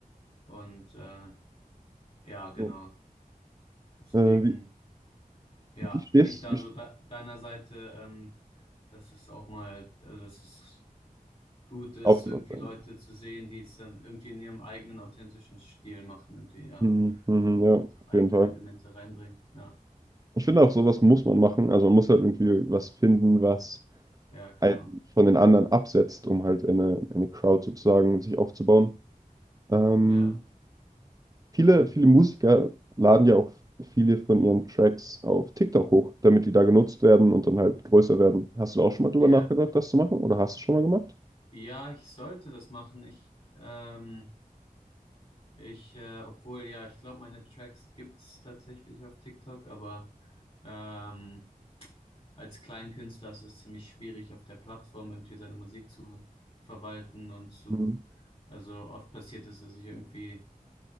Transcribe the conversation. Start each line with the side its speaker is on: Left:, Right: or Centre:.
Left: Und äh, Ja, genau.
Right: So.
Left: Deswegen,
Right: Äh, wie,
Left: ja,
Right: wie stehst
Left: bin ich da
Right: du
Left: so da, deiner Seite, ähm, dass es auch mal, also dass es gut ist,
Right: aufgenommen
Left: irgendwie
Right: sein?
Left: Leute zu sehen, die es dann irgendwie in ihrem eigenen authentischen Stil machen, irgendwie, ja,
Right: Mhm, mhm, ja,
Left: und
Right: auf
Left: eigene
Right: jeden Fall.
Left: Elemente reinbringen. Ja,
Right: Ich finde auch, sowas muss man machen. Also man muss halt irgendwie was finden, was
Left: ja, genau.
Right: einen von den anderen absetzt, um halt eine, eine Crowd sozusagen sich aufzubauen. Ähm,
Left: Ja,
Right: Viele,
Left: ja.
Right: viele Musiker laden ja auch viele von ihren Tracks auf TikTok hoch, damit die da genutzt werden und dann halt größer werden. Hast du da auch schon mal drüber
Left: Ja,
Right: nachgedacht, das zu machen? Oder hast du schon mal gemacht?
Left: ja, ich sollte das machen. Ich, ähm, Ich, äh, obwohl, ja, ich glaube, meine Tracks gibt's tatsächlich auf TikTok, aber ähm, als Kleinkünstler ist es ziemlich schwierig, auf der Plattform irgendwie seine Musik zu verwalten und zu,
Right: Mhm.
Left: also oft passiert es, dass ich irgendwie